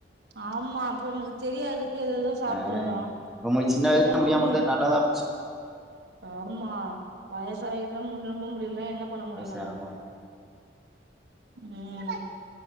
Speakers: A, on the right; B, in the centre.
A: ஆமா அப்ப நமக்கு தெரியாதுக்கு எதெதோ சாப்ட்டுர்றோ
B: ஆ ரொம்ப சின்ன
A: இப்பதா
B: வயசுல முடியாம
A: புரியுது
B: வந்தது நல்லதா போச்சு
A: ஆமா வயசாயினே ரொம்ப முடிய லனா என்ன பண்ண முடியு
B: அது செரமோ
A: நம்மோ ம்